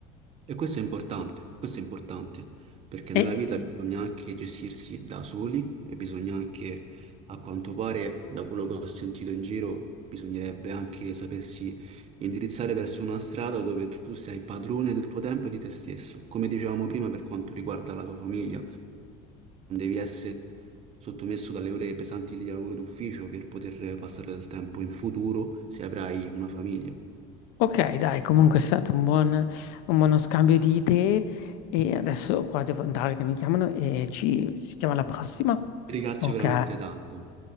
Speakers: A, on the right; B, on the left.
A: E questo è importante, questo è importante, perché
B: E
A: nella vita bisogna anche gestirsi da soli e bisogna anche, a quanto pare, da quello che ho sentito in giro, bisognerebbe anche sapersi indirizzare verso una strada dove tu sei padrone del tuo tempo e di te stesso. Come dicevamo prima, per quanto riguarda la tua famiglia, non devi essere sottomesso dalle ore pesanti di lavoro d'ufficio per poter passare del tempo in futuro se avrai una famiglia. Ti
B: Ok, dai, comunque è stato un buon, un buono scambio di idee e adesso qua devo andare che mi chiamano e ci ci sentiamo alla prossima.
A: ringrazio
B: Ok,
A: veramente tanto.